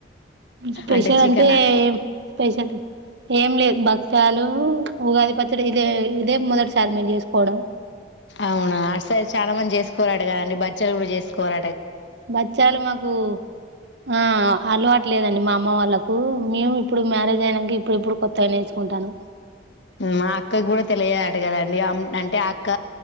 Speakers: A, on the right; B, on the left.
A: స్పెషల్
B: అంటే చికెన్
A: ఏం స్పెషల్ ఏం లేదు భక్షాలు ఉగాది పచ్చడి ఇదే ఇదే మొదటిసారి మేము చేసుకోవడం
B: అవునా సరే చాలా మంది చే కోరా అట్ల కాదండి బచ్చలు కూడా చేసుకోర
A: బచ్చాలు మాకు ఆ అలవాటులేదండి మా అమ్మ వాళ్ళకు మేము ఇప్పుడు మ్యారేజ్ అయనంక ఇప్పుడు ఇప్పుడు కొత్ త్త నేర్చుకుంటాన
B: మా అక్కకి కూడా తెలియదట కదండి అంటే అక్క